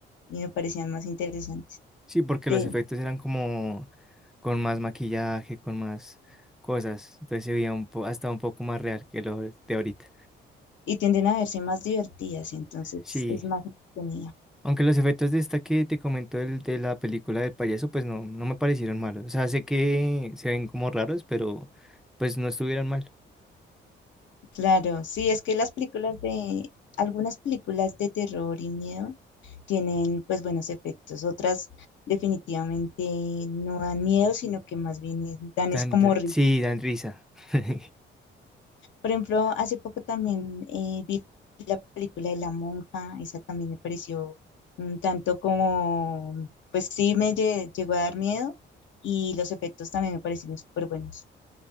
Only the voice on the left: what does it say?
y me parecían más interesantes
de
Y tienden a verse más divertidas, entonces
es más entretenida.
Claro, sí, es que las películas de, algunas películas de terror y miedo tienen pues buenos efectos, otras definitivamente no dan miedo, sino que más bien es- dan
es como
risa.
Por ejemplo, hace poco también eh, vi la película de La Monja, esa también me pareció un tanto como, pues sí me lle- llegó a dar miedo y los efectos también me parecieron súper buenos.